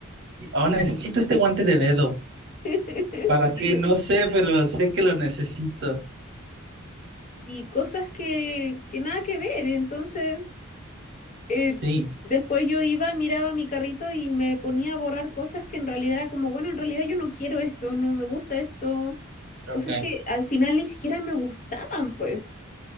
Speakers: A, on the right; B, on the left.
A: Oh, necesito este guante de dedo.
B: <laughs>
A: ¿Para
B: Claro.
A: qué? No sé, pero sé que lo necesito.
B: Y cosas que, que nada que ver. Entonces, eh,
A: Sí,
B: después yo iba, miraba mi carrito y me ponía a borrar cosas que en realidad era como, bueno, en realidad yo no quiero esto, no me gusta esto.
A: ok.
B: Cosas que al final ni siquiera me gustaban, pues.